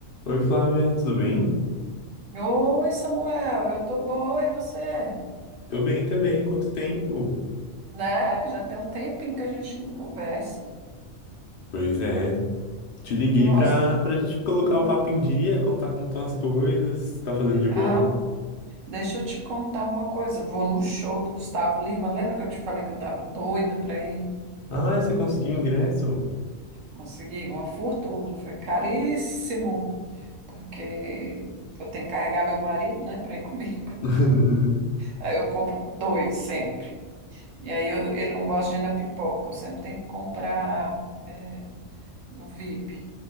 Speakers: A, on the left; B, on the right.
A: Oi, Flávia, tudo bem?
B: Oi, Samuel, eu tô boa, e você?
A: Tô bem também, quanto tempo?
B: Né? Já tem um tempinho que a gente não conversa.
A: Pois é, te liguei
B: Nossa.
A: pra, pra gente colocar
B: hum.
A: o papo em dia, contar como estão as coisas, tá fazendo de bom.
B: Ah, deixa eu te contar uma coisa. Vou no show do Gustavo Lima. Lembra que eu te falei que eu tava doida para ir?
A: Ah, você conseguiu o ingresso?
B: Consegui uma fortuna. Foi caríssimo, porque eu tenho que carregar meu marido, né, Para ir <laughs> comigo.
A: <laughs>
B: Aí eu compro dois sempre. E aí eu- ele não gosta de ir na pipoca. Eu sempre tenho que comprar, é, no VIP.